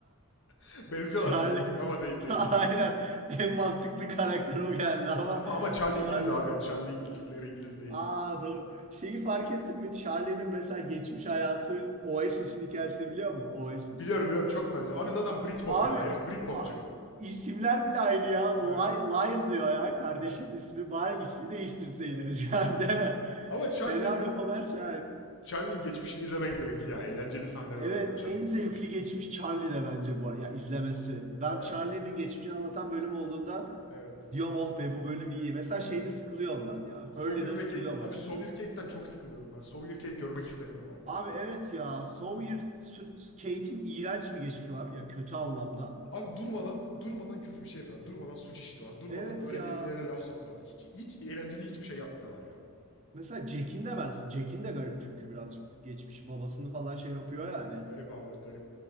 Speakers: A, on the left (about 60°); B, on the right (about 30°).
A: <laughs> Benziyorlar
B: Charlie.
A: değil mi bir tık ama değil
B: <laughs>
A: değil.
B: Aynen. En mantıklı karakter o geldi ama
A: Yok. Ama ama Charlie
B: Charlie.
A: İngiliz abi. Charlie İngiliz, Claire İngiliz değil.
B: Aa doğru. Şeyi fark ettin mi? Charlie'nin mesela geçmiş hayatı Oasis'in hikayesini biliyor musun? Oasis.
A: Biliyorum biliyorum çok benziyor. Abi zaten Britpop
B: Abi
A: ya. Herif Britpopçu.
B: a- isimler bile aynı ya. Ly-
A: Evet.
B: Liam diyor ya kardeşinin
A: Evet.
B: ismi. Bari ismi değiştirseydiniz
A: Evet.
B: <laughs> yani değil mi?
A: Ama
B: Senaryo
A: Charlie'nin
B: falan şey
A: Charlie'nin geçmişini izlemek zevkli ya. Eğlenceli sahneler
B: Evet
A: oluyor Charlie'nin
B: en zevkli
A: geçmişi.
B: geçmiş Charlie de bence bu arada ya izlemesi. Ben
A: Evet.
B: Charlie'nin geçmişini anlatan bölüm olduğunda
A: Evet.
B: diyorum oh be bu bölüm iyi. Mesela
A: Doğru.
B: şeyde sıkılıyorum ben ya.
A: Sawyer
B: Hurley'de sıkılıyorum
A: Abi
B: açıkçası.
A: Sawyer çok sıkılıyorum ben. Sawyer görmek istemiyorum artık
B: Abi
A: ya.
B: evet ya Sawyer Sü- Kate'in iğrenç bir geçmişi var ya kötü anlamda.
A: Abi durmadan durmadan kötü bir şey yapıyorlar. Durmadan suç işliyorlar. Durmadan
B: Evet
A: böyle
B: ya.
A: birbirlerine laf sokuyorlar. Hiç hiç eğlenceli hiçbir şey yapmıyorlar ya.
B: Mesela Jack'in de ben Jack'in de garip çünkü birazcık geçmişi babasını falan şey yapıyor yani.
A: Garip abi garip.